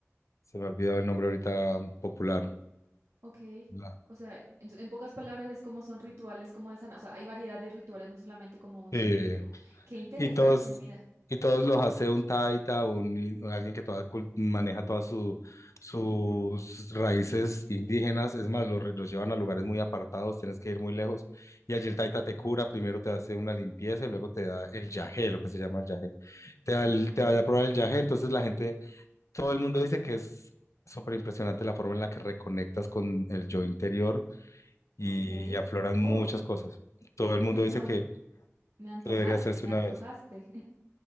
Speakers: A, on the left; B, on the right.
A: se me ha olvidado el nombre ahorita popular.
B: ok.
A: La,
B: O sea, en, en pocas palabras es como son rituales como de sana. O sea, hay variedad de rituales, no solamente como un
A: Sí.
B: solo tipo. Qué interesante,
A: Y todos,
B: mira.
A: y todos los hace un taita, un, in- alguien que toda cul- maneja todas su- sus raíces indígenas. Es más, los, re- los llevan a lugares muy apartados, tienes que ir muy lejos. Y allí el taita te cura, primero te hace una limpieza y luego te da el yagé, lo que se llama el yagé. Te da,
B: Okay,
A: el- te da a probar el yagé, entonces la gente, todo el mundo dice que es súper impresionante la forma en la que reconectas con el yo interior y,
B: okay,
A: y afloran
B: wow.
A: muchas cosas. Todo el
B: Uy,
A: mundo
B: no,
A: dice que,
B: me antojaste,
A: que debería hacerse
B: me
A: una
B: antojaste.
A: vez.
B: <laughs>